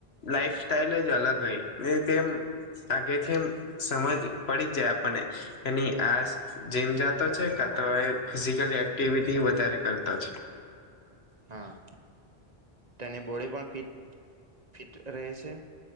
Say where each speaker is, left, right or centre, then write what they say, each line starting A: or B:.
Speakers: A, on the left; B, on the right.
A: લાઈફ સ્ટાઈલ જ અલગ હોય. ને તેમ- આઘેથી એમ સમજ પડી જાય. આપણને એની આસ- જીમ જાતો છે, કા તો એ ફિઝિકલ એક્ટિવિટી વધારે કરતો છે.
B: હા. તેની બોડી પણ ફિટ ફિટ રહે છે,